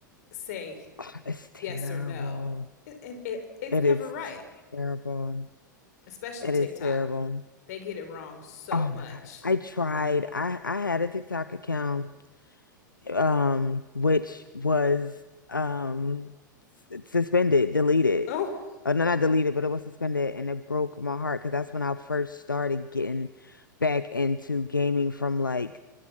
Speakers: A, on the left; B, on the left.
A: say
B: Oh, it's terrible.
A: yes or no, and it, it, it's
B: It
A: never
B: is
A: right.
B: terrible.
A: especially
B: It
A: TikTok.
B: is terrible.
A: They get it wrong so
B: Oh
A: much.
B: my God. I tried. I I had a TikTok account um which was um s- suspended, deleted.
A: Oh,
B: Oh, no, not deleted, but it was suspended and it broke my heart because that's when I first started getting back into gaming from like,